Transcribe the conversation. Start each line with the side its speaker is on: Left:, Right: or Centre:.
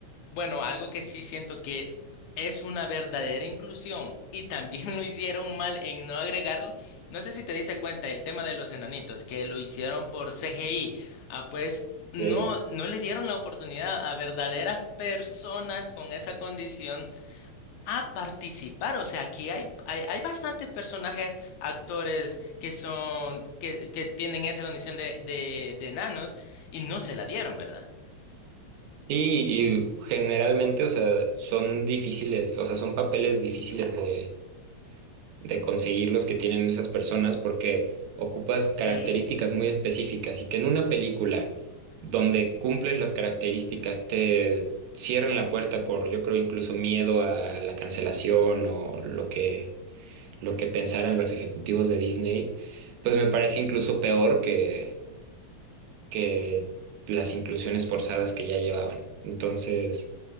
Left: bueno, algo que sí siento que es una verdadera inclusión y también <laughs> lo hicieron mal en no agregarlo. No sé si te diste cuenta el tema de los enanitos, que lo hicieron por CGI. Ah, pues
Right: Ok.
Left: no, no le dieron la oportunidad a verdaderas personas con esa condición a participar. O sea, aquí hay, hay, hay bastantes personajes, actores que son, que, que tienen esa condición de, de, de enanos y no se la dieron, ¿verdad?
Right: Sí, y generalmente, o sea, son difíciles, o sea, son papeles difíciles de, de conseguir los que tienen esas personas porque ocupas características
Left: Sí.
Right: muy específicas y que en una película donde cumples las características te cierran la puerta por, yo creo, incluso miedo a la cancelación o lo que, lo que pensaran los ejecutivos de Disney, pues me parece incluso peor que, que las inclusiones forzadas que ya llevaban. Entonces,